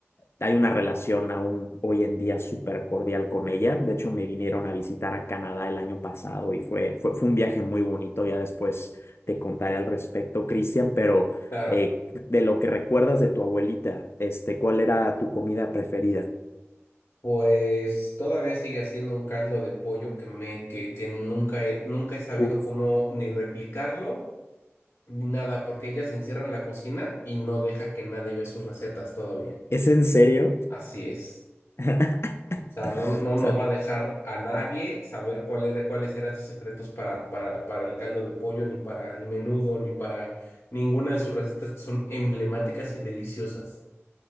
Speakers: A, on the left (about 60°); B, on the left (about 80°).
A: Hay una relación aún hoy en día súper cordial con ella. De hecho, me vinieron a visitar a Canadá el año pasado y fue, fue, fue un viaje muy bonito. Ya después te contaré al respecto, Cristian, pero
B: Claro.
A: eh, de lo que recuerdas de tu abuelita, este, ¿cuál era tu comida preferida?
B: Pues todavía sigue siendo un caldo de pollo que me que, que nunca he, nunca he sabido
A: Uf,
B: cómo ni replicarlo ni nada, porque ella se encierra en la cocina y no deja que nadie vea sus recetas todavía.
A: ¿es en serio?
B: Así es.
A: <laughs>
B: O sea,
A: O
B: no, no no nos
A: sea,
B: va a dejar a nadie saber cuál era- cuáles eran sus secretos para, para, para el caldo de pollo, ni para el menudo, ni para ninguna de sus recetas que son emblemáticas y deliciosas.